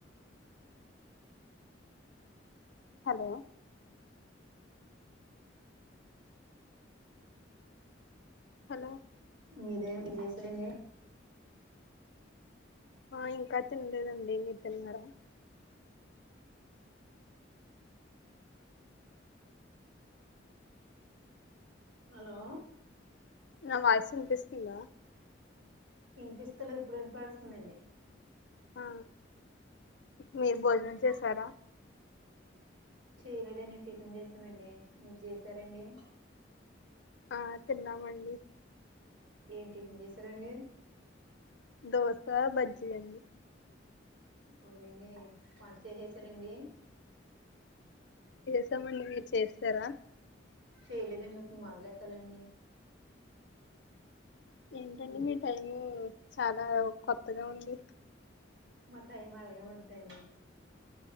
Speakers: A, on the left (about 65°); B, on the right (about 80°).
A: హలో హలో
B: మీదే మీరు చేశారండి
A: ఆ ఇంకా తినలేదండి మీరు తిన్నారా
B: హలో
A: నా వాయిస్ వినిపిస్తుందా
B: ఇనిపిస్తలేవ్ ఇప్పుడు ఇనపడుతుందండి.
A: ఆ మీరు భోజనం
B: మ్మ్
A: చేసారా
B: చేయలేదండి టిఫిన్ చేసామండి మీరు చేసారా అండి
A: ఆ తిన్నామండి
B: ఏం టిఫిన్ చేసారండి
A: దోసా బజ్జి అండి
B: అవునండి వంట చేసేసారా అండి
A: చేస్తామండి మీరు చేస్తరా
B: చేయలేదండి ఇప్పుడు మొదలెట్టాలండి
A: ఏంటండి
B: మ్మ్
A: మీ టైమింగు చాలా కొత్తగా ఉంది
B: మా టైమ్ అలగే ఉంటాయండి